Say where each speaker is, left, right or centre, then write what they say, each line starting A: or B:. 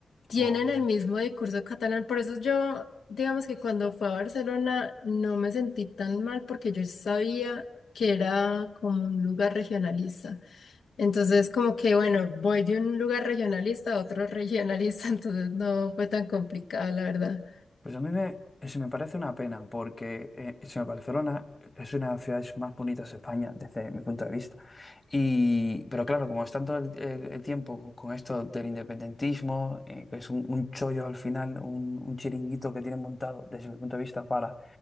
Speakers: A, on the left; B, on the left.
A: tienen
B: Guau.
A: el mismo discurso catalán. Por eso yo, digamos que cuando fui a Barcelona no me sentí tan mal porque yo sabía que era como un lugar regionalista. Entonces, como que, bueno, voy de un lugar regionalista a otro regionalista, <laughs> entonces no fue tan complicado, la verdad.
B: Pues a mí me, se me parece una pena, porque eh, se me- Barcelona es una de las ciudades más bonitas de España desde mi punto de vista. Y, pero claro, como están todo el, el- el tiempo con, con esto del independentismo, eh, que es un, un chollo al final, un, un chiringuito que tienen montado desde mi punto de vista para